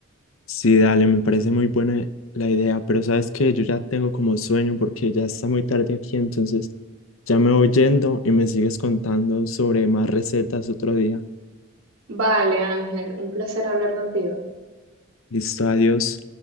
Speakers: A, on the left; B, on the right.
A: Sí, dale, me parece muy buena la idea, pero sabes que yo ya tengo como sueño porque ya está muy tarde aquí, entonces ya me voy yendo y me sigues contando sobre más recetas otro día.
B: Vale, Ángel, un placer hablar contigo.
A: Listo, adiós.